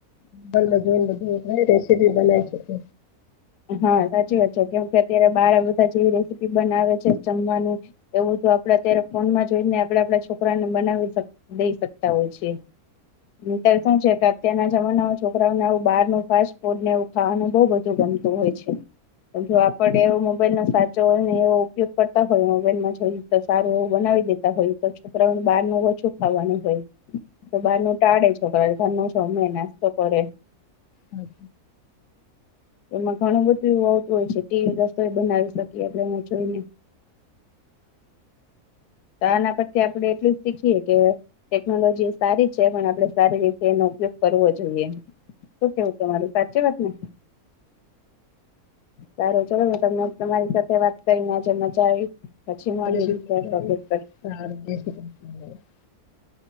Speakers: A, on the left; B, on the left.
A: મજે ને બધું રેસીપી બનાવી શકે.
B: હા સાચી વાત છે કેમ કે અત્યારે બાર બધા જેવી રેસીપી બનાવે છે જમવાનું એવું તો આપડે અત્યારે ફોન માં જોઈને આપણે આપડા છોકરાને બનાવી શક દઈ શકતા હોય છે. <unintelligible> શું છે કે અત્યારના જમાનામાં છોકરાઓને આવું બહારનું ફાસ્ટ ફૂડ ને એવું ખાવાનું બોઉ બધું ગમતું હોય છે. જો આપડે એવો મોબાઈલનો સાચો <unintelligible> હોય ને એવો ઉપયોગ કરતા હોય મોબાઈલમાં તો સારું એવું બનાવી દેતા હોય તો છોકરાઓને બહારનું ઓછું ખાવાનું હોય. તો બારનું ટાળે છોકરા ઘરનું છો, અમે નાસ્તો કરે
A: હચછ.
B: એમાં ઘણું બધું એવું આવતું હોય છે ટવી <unintelligible> રસોઈ બનાવી શકીએ આપે એમાં જોઈને તો આના પરથી આપડે એટલું જ શીખીએ કે ટેકનોલોજી એ સારી છે પણ આપડે સારી રીતે એનો ઉપયોગ કરવો જોઈએ. ઓકે ઓકે માર સાચી વાતને? સારું ચલો ને તમે તમારી સાથે વાત કરીને આજ મજા આવી. પછી
A: <inaudible>
B: મળીએ બીજા ટોપિક પર